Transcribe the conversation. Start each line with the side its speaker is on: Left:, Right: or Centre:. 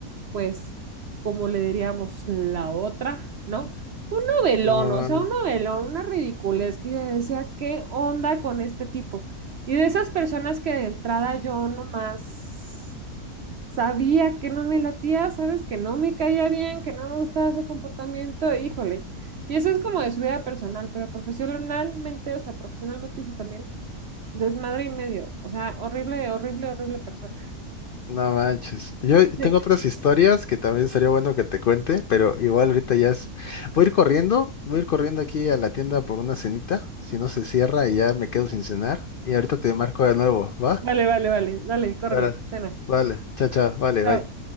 Right: pues, como le diríamos, la otra, ¿no? Un novelón,
Left: no,
Right: o sea, un novelón, una ridiculez que yo decía, ¿qué onda con este tipo? Y de esas personas que de entrada yo nomás sabía que no me latía, sabes, que no me caía bien, que no me gustaba su comportamiento, híjole. Y eso es como de su vida personal, pero profesionalmente, o sea, profesionalmente hizo también desmadre y medio. O sea, horrible, horrible, horrible persona.
Left: no manches. Yo tengo
Right: Sí.
Left: otras historias que también sería bueno que te cuente, pero igual ahorita ya es. Voy a ir corriendo, voy a ir corriendo aquí a la tienda por una cenita, si no se cierra y ya me quedo sin cenar. Y ahorita te marco de nuevo, ¿va?
Right: Vale, vale, vale. Dale, córrele,
Left: Ahora,
Right: cena.
Left: Vale, chao, chao, vale,
Right: Chao.
Left: bye.